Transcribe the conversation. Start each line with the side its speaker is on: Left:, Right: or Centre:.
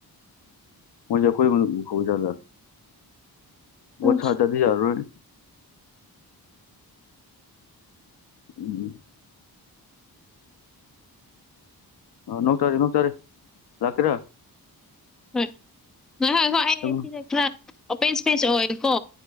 Left: ꯃꯖꯦꯈꯣꯏ ꯃ ꯍꯖꯗ
Centre: ꯍꯣꯏ
Left: ꯁꯥꯗꯗꯤ ꯌꯥꯔꯣꯏ ꯎꯝ ꯑ ꯅꯣꯡ ꯁꯔꯤ ꯅꯣꯡ ꯁꯔꯤ ꯂꯥꯛꯀꯔ
Centre: ꯍꯣꯏ ꯍꯣꯏ ꯍꯣꯏ ꯍꯣꯏ ꯑꯩ
Left: ꯑꯥ
Centre: ꯁꯤꯗ ꯈꯔ ꯑꯣꯄꯦꯟ ꯏꯁꯄꯦꯁ ꯑꯣꯏꯀꯣ